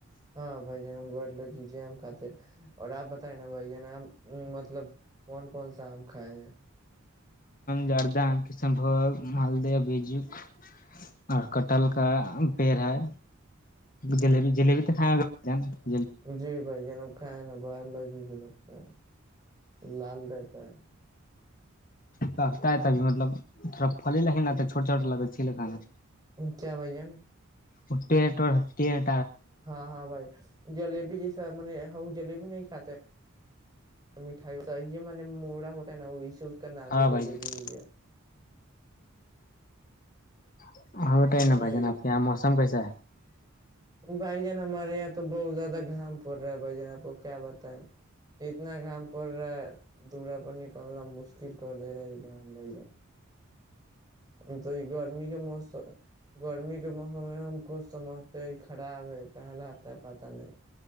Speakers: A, on the right; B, on the left.
A: ہاں بھ جان بول لو جیجے آ ہم کھاتے اور آپ بتیں نا بھائی جان آ مطلب کون کون سا آم کھائے ہیں
B: زردہ کشنھگ مالدہ بیجک اور کٹل کا پیڑ ہے جلیبی
A: ہوں
B: جلیبی تو خائیں گا ج
A: جی بھائی جنب کیں باولوجی کے لگتا ہے لال رہتا ہے
B: پتا ہے تبھی مطلب تھوڑاھل لگے نا چھوٹا چھوٹا لگتا چھیے کا
A: کیا بھان
B: اٹٹو ہتیٹ
A: ہاں ہاں بھائی جلیبی جی م ہ جلیبی نہیں کاتاے مٹھائی صی م مڑا ہوتا ہے نا وہی سے کا نام
B: ہاں
A: ہے
B: بھائی
A: جلیبی
B: جان
A: ہو گیا
B: <unintelligible> ہاں
A: کہ
B: ا
A: نہیں
B: بجن آ کے م ک کم پیسہ
A: بھائی جان ہمارے یہاں تو بہت زیادہ گھام پ رہا ہے بھائی جان آپ کو کیا بت ہے اتنا گام پ رہا ہے دورا پر نکلنا مشکل کر دے رہا ہے یہ گ بھائی جان ہم تو یہ گرمی کے موسم گرمی کے موسم میں ہم ک سمجھتے ہیں خراب ہے کہلاتا ہے پا نہیں